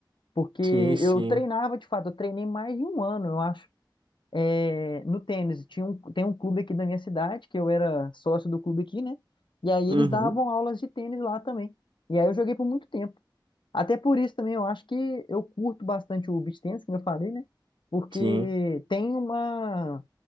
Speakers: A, on the left; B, on the right.
A: Porque
B: Sim, sim.
A: eu treinava, de fato, eu treinei mais de um ano, eu acho, é, no tênis. Tinha um, tem um clube aqui da minha cidade, que eu era sócio do clube aqui, né? E aí
B: Uhum.
A: eles davam aulas de tênis lá também. E aí eu joguei por muito tempo. Até por isso também eu acho que eu curto bastante o beach tennis, como eu falei, né? Porque
B: Sim,
A: tem uma.